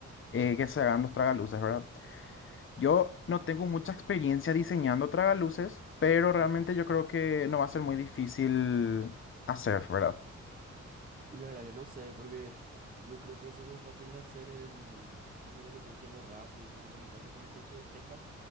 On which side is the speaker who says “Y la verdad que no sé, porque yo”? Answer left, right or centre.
Right